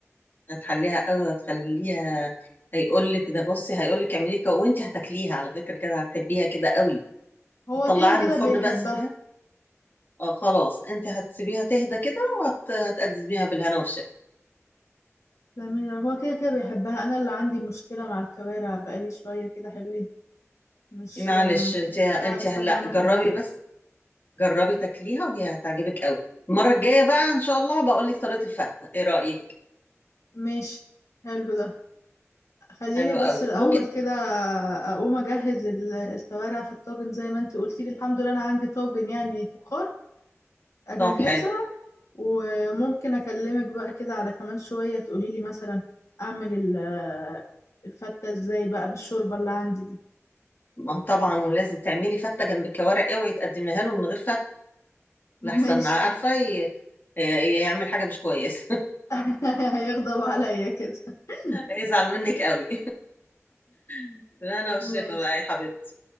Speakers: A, on the left; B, on the left.
A: هتحليها قوي هتخليها هيقولك ده بصي هيقولك اعملي كده وانت هتاكليها على فكرة كده هتحبيها كده قوي
B: هو
A: هتطلعيها
B: كده كده
A: من الفرن
B: بيحبها
A: بقى تسيبيها اه خلاص انت هتسيبيها تهدى كده وهتقدميها بالهنا والشفا
B: جميل هو كده كده بيحبها انا اللي عندي مشكله مع الكوارع بقالي شويه كده حلوين مش
A: معلش
B: آم،
A: انت انت
B: مش عارفه
A: هلا
B: ان انا
A: جربي
B: احبها
A: بس جربي تاكليها وهي هتعجبك قوي المره الجايه بقى ان شاء الله بقول لك طريقه الفته ايه رايك
B: ماشي حلو ده خليني
A: حلو
B: بس
A: قوي
B: الاول
A: ممكن
B: كده اقوم اجهز ال- الكوارع في الطاجن زي ما انتي قلتي لي الحمد لله انا عندي طاجن يعني فخار اجهزه
A: طب حلو
B: وممكن اكلمك بقى كده على كمان شوية تقولي لي مثلا اعمل ال- الفتة ازاي بقى بالشوربة اللي عندي دي
A: ما هو طبعا ولازم تعملي فته جنب الكوارع اوعي تقدميها له من غير فته
B: <laughs> ماشي
A: لحسن عارفه ي... ي- يعمل حاجه مش كويسه
B: <laughs> هيغضب عليا كده <laughs>
A: <laughs> هيزعل منك قوي <laughs> بالهنا والشفا
B: ماشي
A: بقى يا حبيبتي